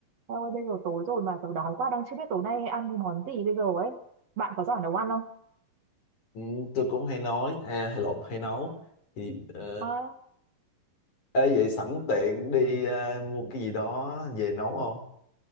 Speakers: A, on the right (about 50°); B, on the left (about 55°).
A: Em ơi, bây giờ tối rồi mà tớ đói quá đang chưa biết tối nay ăn món gì bây giờ ấy. Bạn có giỏi nấu ăn không?
B: Ừ, tôi cũng hay nói hay, hay lộn hay nấu thì ờ,
A: À,
B: ê, vậy sẵn tiện đi ờ, mua cái gì đó về nấu không